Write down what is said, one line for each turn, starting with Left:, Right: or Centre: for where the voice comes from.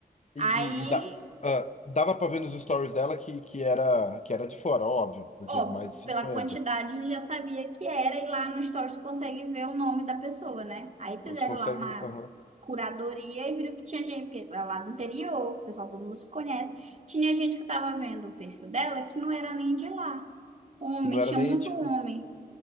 Left: E,
Right: Aí,
Left: e- e dá- ah, dava pra ver nos stories dela que, que era, que era de fora, óbvio, porque
Right: óbvio,
Left: mais de cinquenta.
Right: pela quantidade já sabia que era, e lá no Stories tu consegue ver o nome da pessoa, né? Aí fizeram
Left: Você consegue.
Right: lá uma
Left: Aham.
Right: curadoria e viram que tinha gente, porque é lá do interior, o pessoal todo mundo se conhece. Tinha gente que tava vendo o perfil dela que não era nem de lá. Homem,
Left: Que não
Right: tinha
Left: era nem
Right: muito
Left: tipo.
Right: homem.